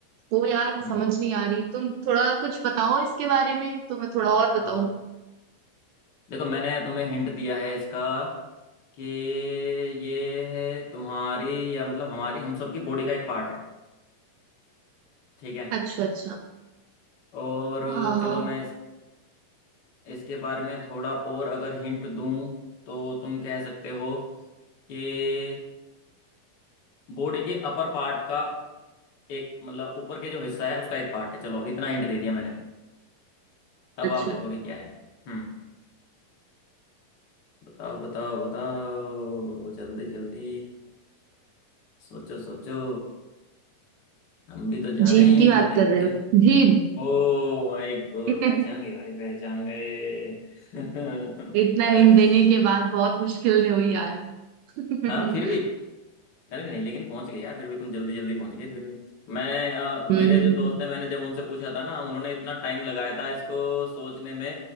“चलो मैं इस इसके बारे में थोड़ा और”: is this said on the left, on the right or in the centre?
Left